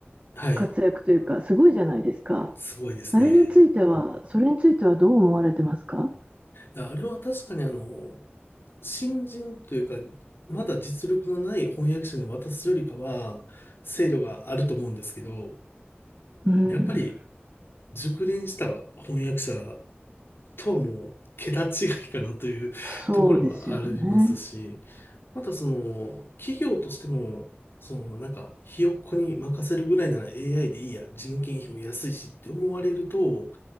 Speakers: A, on the left (about 65°); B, on the right (about 35°).
A: はい、
B: 活躍というか、すごいじゃないですか。
A: すごいですね。
B: あれについては、それについてはどう思われてますか
A: いやあれは確かにあの、新人というか、まだ実力のない翻訳者に渡すよりかは、精度があると思うんですけど、
B: うん、
A: やっぱり熟練した翻訳者とはもう桁違いかなというところはありますし、
B: そうですよね。
A: またその企業としても、そのなんかひよっこに任せるぐらいなら AI でいいや、人件費も安いしって思われると、